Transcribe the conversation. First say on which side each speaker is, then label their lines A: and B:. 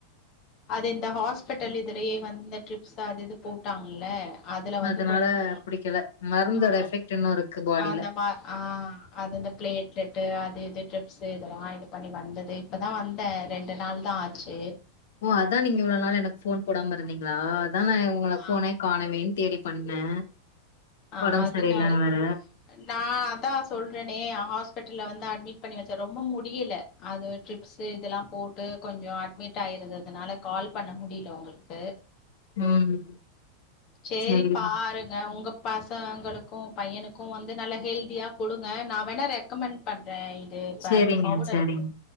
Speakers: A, on the left (about 35°); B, on the left (about 60°).
A: அது இந்த ஹாஸ்பிட்டல் இதுலயே வந்து ட்ரிப்ஸ் அது இது போட்டாங்கல்ல அதுல வந்து
B: அதனால
A: கொஞ்சோ
B: புடிக்கல மருந்தோட
A: ஆ
B: எஃபெக்ட் இன்னு இருக்கு பாடில
A: அந்தமா ஆ அந்தந்த ப்லே பிளேட்லெட்டு அது இது ட்ரிப்ஸு இதெல்லா இது பண்ணி வந்தது இப்பதா வந்தே ரெண்டு நாள் தா ஆச்சு
B: ஓ அதா நீங்க இவ்வளவு நாள் எனக் ஃபோன் போடாம இருந்தீங்களா அதா நாயங் உங்கள
A: ஆ
B: ஃபோனே காணவேன் தேடி பண்ணே
A: ஆ
B: ஒடம்பு
A: அதனால
B: சரில்ல வேர
A: நா அதா சொல்றனே ஹாஸ்பிட்டல்ல வந்து அட்மிட் பண்ணி வச்ச ரொம்ப முடியல அது ட்ரிப்ஸு இதெல்லா போட்டு கொஞ்சோ அட்மிட் ஆயிருந்ததுனால கால் பண்ண முடில உங்க க்கு
B: ம்
A: செரி
B: சேரி
A: பாருங் ஆ உங்க பசங்களுக்கு பையனுக்கு வந்து நல்ல ஹெல்தியா குடுங்க நா வேணா ரெக்கமெண்ட் பண்ற ஐ இது பேண்ட்
B: சேரிங்க
A: பவுடரு
B: சேரிங்க